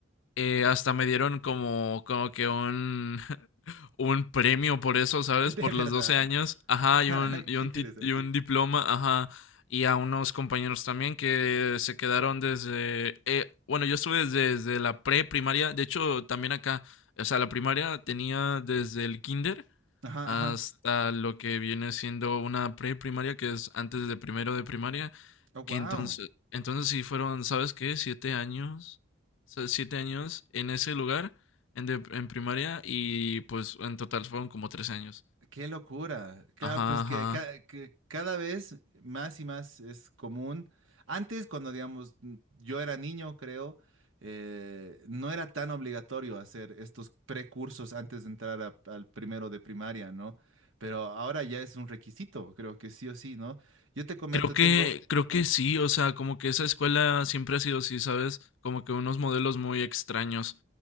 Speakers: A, on the left (about 65°); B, on the right (about 70°).
A: eh, hasta me dieron como, como que un, <laughs> un premio por eso,
B: <laughs>
A: ¿sabes?
B: ¿De
A: Por
B: verdad?
A: los 12 años, ajá,
B: <laughs>
A: y un, y
B: Qué
A: un,
B: interesante.
A: tit- y un diploma, ajá, y a unos compañeros también que se quedaron desde, eh, bueno, yo estuve desde, desde la pre-primaria, de hecho, también acá, o sea, la primaria tenía desde el kinder
B: Ajá,
A: hasta
B: ajá.
A: lo que viene siendo una pre-primaria, que es antes de primero de primaria,
B: Oh, wow.
A: que entonces, entonces sí fueron, ¿sabes qué? Siete años sea, siete años en ese lugar, en, de- en primaria, y pues en total fueron como tres años.
B: Qué locura. Claro,
A: Ajá,
B: pues
A: ajá.
B: que, ca- que cada vez más y más es común. Antes, cuando digamos, n- yo era niño, creo, eh, no era tan obligatorio hacer estos precursos antes de entrar a- al primero de primaria, ¿no? Pero ahora ya es un requisito, creo que sí o sí, ¿no? Yo te comento,
A: Creo que,
B: tengo
A: creo
B: un-
A: que sí, o sea, como que esa escuela siempre ha sido así, ¿sabes? Como que unos modelos muy extraños.